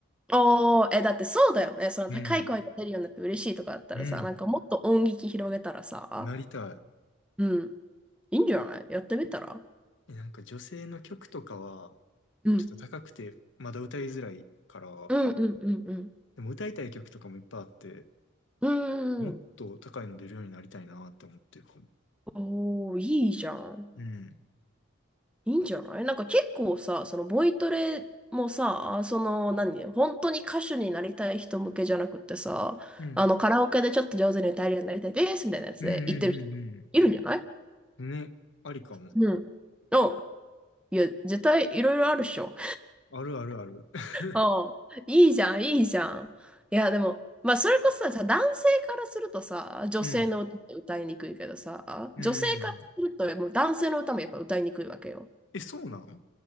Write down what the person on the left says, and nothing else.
うん。うん。
なりた
い。え、なんか女性の曲とかは、
ちょっと高くて、まだ歌いづらいから、
でも歌いたい曲とかもいっぱいあって、
もっと高いの出るようになりたいなって思ってるかも。
うん。
うん
うんうんうんうん。ね、ありかも。
あるあるある。<laughs>
うん。うん。
え、そうなの